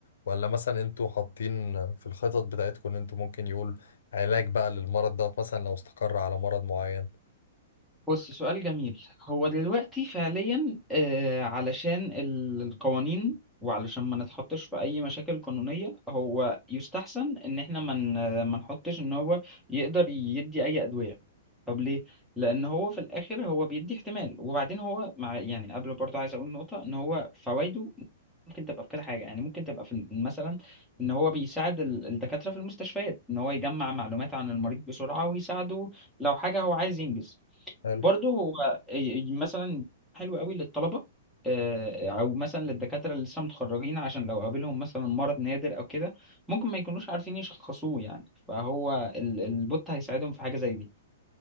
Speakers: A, on the left; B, in the centre.
A: ولا مثلا أنتوا حاطين في الخطط بتاعتكم إن أنتوا ممكن يقول علاج بقى للمرض دوت مثلا لو استقر على مرض معين
B: بص سؤال جميل هو دلوقتي فعليا آه، علشان ال- القوانين وعلشان ما نتحطش في اي مشاكل قانونية هو يستحسن ان احنا ما ن- ما نحطش ان هو يقدر يدي اي ادوية طب ليه لان هو في الاخر هو بيدي احتمال وبعدين هو مع يعني قبل برضه عايز اقول نقطة ان هو فوائده ممكن تبقى في كذا حاجة يعني ممكن تبقى في مثلا ان هو بيساعد ال- الدكاترة في المستشفيات ان هو يجمع معلومات عن المريض بسرعة ويساعده لو حاجة هو عايز ينجز
A: حلو
B: برضه هو ي- مثلا حلو قوي للطلبة آه، او مثلا للدكاترة اللي لسه متخرجين عشان لو قابلهم مثلا مرض نادر او كده ممكن ما يكونوش عارفين يشخصوه يعني فهو ال- البوت هيساعدهم في حاجة زي دي